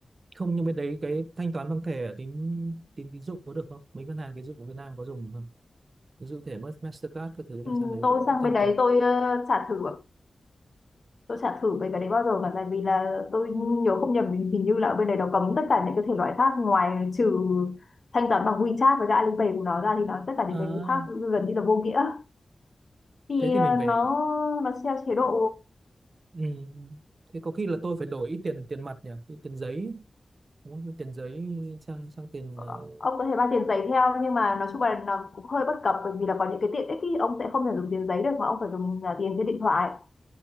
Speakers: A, on the right; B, on the left.
A: không nhưng bên đấy cái thanh toán bằng thẻ ở tín tín tín dụng có được không? Mấy ngân hàng tín dụng của Việt Nam có dùng được không? Ví dụ thẻ Mastercard các thứ là
B: Ừ,
A: sang đấy
B: tôi
A: có
B: sang
A: thanh
B: bên đấy
A: toán.
B: tôi ờ, chả thử tôi chả thử về cái đấy bao giờ cả tại vì là tôi nhớ không nhầm thì hình như là ở bên đấy nó cấm tất cả những cái thể loại khác ngoài trừ thanh toán bằng WeChat với cả Alipay của nó ra thì nó tất cả
A: À,
B: những cái khác gần như là vô nghĩa thì
A: thế thì
B: ờ,
A: mình phải
B: nó nó theo chế độ
A: ừ. Thế có khi là tôi phải đổi ít tiền tiền mặt nhỉ, tiền giấy muốn cái tiền giấy sang sang tiền
B: ờ,
A: ờ,
B: ông có thể mang tiền giấy theo nhưng mà nói chung là nó cũng hơi bất cập bởi vì là có những cái tiện ích ý, ông sẽ không thể dùng tiền giấy được mà ông phải dùng à, tiền trên điện thoại